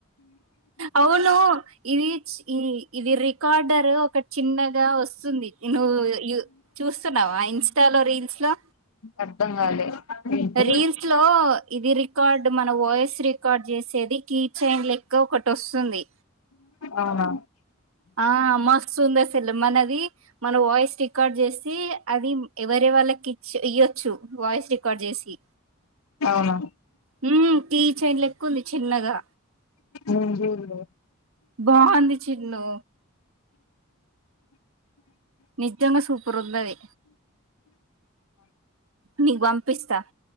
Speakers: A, on the right (about 75°); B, on the left (about 80°).
A: అవును ఇది చి ఇది ఇది రికార్డర్ ఒక చిన్నగా వస్తుంది నువ్వు యూస్ చూస్తున్నావ ఆ ఇంస్టా లో రీల్స్ లో
B: అర్థం కాలే ఏంటి
A: రీల్స్ లో ఇది రికార్డ్ మన వాయిస్ రికార్డ్ చేసేది కీ చైన్ లెక్క ఒకటి వస్తుంది
B: అవునా
A: ఆ మస్తు ఉంద అస్సలు మనది మన వాయిస్ రికార్డ్ చేసి అది ఎవర వాళ్ళకి ఇచ్చ ఇయో చ్చు వాయిస్ రికార్డ్ చేసి
B: అవునా
A: హ కీ చైన్ లెక్కు ఉంది చిన్నగా
B: ఎం చెయ్యల్ల
A: బాగుంది చిన్ను నిజంగా సూపర్ ఉందది నీకు పంపిస్తా